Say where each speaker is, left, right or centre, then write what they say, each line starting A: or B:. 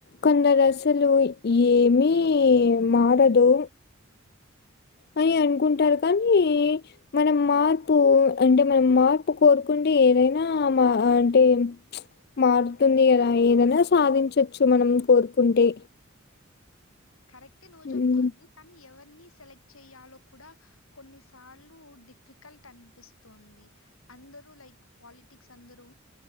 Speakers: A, on the left; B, on the left.
A: కొందరు అసలు ఏమీ మారదు అని అనుకుంటారు కానీ మనం మార్పు అంటే మనం మార్పు కోరుకుంటే ఏదన మా అంటే మార్ ఉంటుంది కదా ఏదైన సాధించొచ్చు మనం కోరుకుంటే
B: కరెక్ట్ ఎ నువ్వు చెప్తోంది
A: మ్మ్
B: కానీ ఎవర్ <unintelligible> సెలెక్ట్ చేయాలో కూడ కొన్నిసార్లు డిఫికల్ట్ అనిపిస్తుంది అందరూ లైక్ పాలిటిక్స్ అందరూ